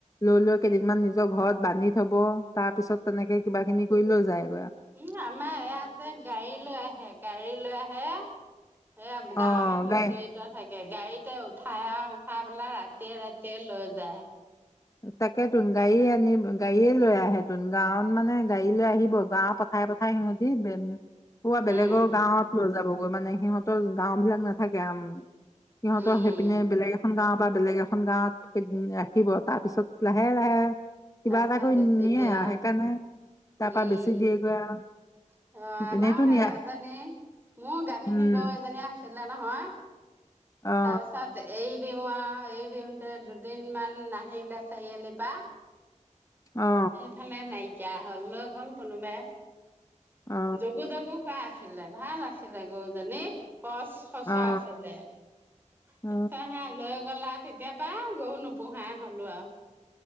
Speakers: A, on the left; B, on the right.
A: লৈ লৈ কেইদিন মান নিজৰ ঘৰত বান্ধি থব তাৰ পিছত তেনেকে কিবা খিনি কৰি লৈ যায়
B: উম আমাৰ ইয়াত যে গাড়ী লৈ আহে গাড়ী লৈ আহে এ গাঁৱৰ
A: অ
B: মানুহো
A: গাই
B: জড়িত থাকে গাড়ীতে উঠাই আৰু উঠাই পেলাই ৰাতিয়ে ৰাতিয়ে লৈ যায়।
A: তাকে তোন গাড়ীয়ে আন গাড়ীয়ে লৈ আহে তন গাঁৱত মানে গাড়ী লৈ আহিব, গাঁও পথাৰ প কাই সিহতি বে, পুৱা বেলেগৰ
B: উম
A: গাঁৱত লৈ যাব। মানে সিহঁতৰ গাও বিলাক নাথাকে আম সিহঁতৰ
B: উম
A: সেইপিনে বেলেগ এখন দাম বা বেলেগ এখন গাঁৱত উ ৰাখিব তাত। ত পিছত লাহে লাহে
B: তাৰপিছত
A: কৰি
B: বেছি
A: নিয়ে
B: দিয়া,
A: আৰু সেইকাৰণে তাৰ পৰা
B: উম
A: বেছি দিয়েগৈ আৰু
B: অ আমাৰ
A: এনেইতো
B: সেই
A: নিয়া
B: এজনী, মোৰ গাভিনী
A: উম
B: গৰু এজনী আছিলে নহয়,
A: অ
B: তাৰপিছত এই দিওঁ আৰু এ দিওঁতে দুদিন মান নাহিলে, চাৰিআলিৰ পৰা
A: অ
B: সেইফালে নাই তেতিয়া হলওঁ গ'ল কোনোবাই
A: অ
B: যোগু যগু খোৱা আছিলে। ভাল আছিলে গৰুজনী। খচ খচ
A: অ
B: আছিলে, তাৰপিছত
A: অ
B: সে লৈ গলা তেতিয়া পা গৰু নোপোহা হলো আৰু।